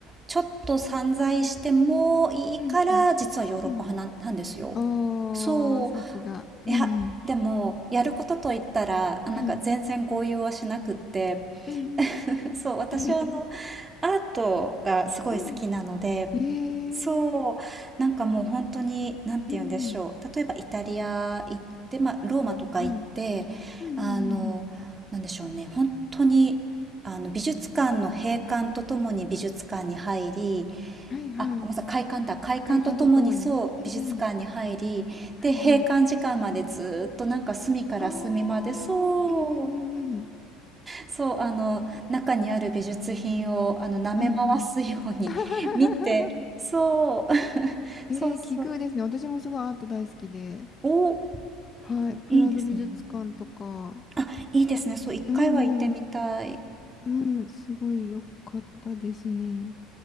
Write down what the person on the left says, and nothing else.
うんうん。
うん
おー、
さすが。<laughs> うんうん。
はい。うん
うん。<laughs>
うんうんえー。
うんうん。
はい。うんうんうんうん。
はいはい。
あ快感とともに。
うんうん。はいはい。
あー。
うんうんうんうん。
はいはい。<laughs>
えー、
奇遇ですね。私もすごいアート大好きで。
はい。プラド美術館とか。
うんうん。うん。すごい良かったですね。